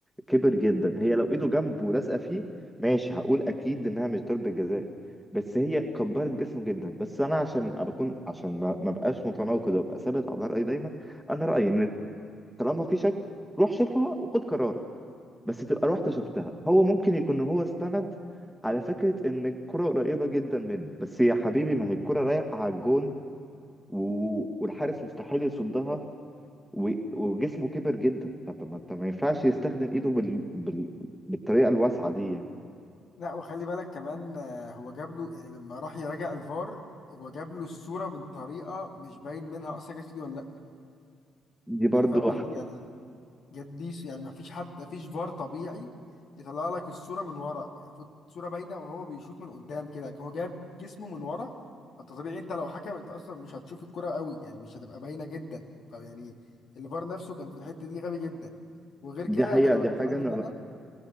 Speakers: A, in the centre; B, on the left.
A: كبر جدا هي لو إيده جنبه ولازقة فيه ماشي هقول أكيد إنها مش ضربة جزاء بس هي كبرت جسمه جدا بس أنا عشان أكون عشان ما ما بقاش متناقض وأبقى ثابت على رأيي دايما أنا رأيي إن طالما في شك روح شوفها وخد قرارك بس تبقى رحت شفتها هو ممكن يكون هو استند على فكرة إن الكرة قريبة جدا منه بس يا حبيبي ما هي الكرة رايحة على الجون و... والحارس مستحيل يصدها و... وجسمه كبر جدا فطب ما انت ما ينفعش يستخدم ايده بال... بال... بالطريقة الواسعة دي يعني
B: لا وخلي بالك كمان آه، هو جاب له يعني لما راح يراجع الفار هو جاب له الصورة من طريقة مش باين منها اصلا جت في ايده ولا لا
A: دي
B: يعني
A: برضو
B: فاهم قصدي
A: ح-
B: يعني جاب دي س- يعني ما فيش حد ما فيش فار طبيعي يطلع لك الصوره من ورا يعني فوت صوره باينه وهو بيشوط من قدام كده هو جايب جسمه من ورا انت طبيعي انت لو حكم انت اصلا مش هتشوف الكرة قوي يعني مش هتبقى باينه جدا فيعني الفار نفسه كان في الحته دي غبي جدا وغير
A: دي
B: كده
A: حقيقة
B: انا ما
A: دي
B: كانش
A: حاجة
B: عندي
A: أنا
B: مانع ما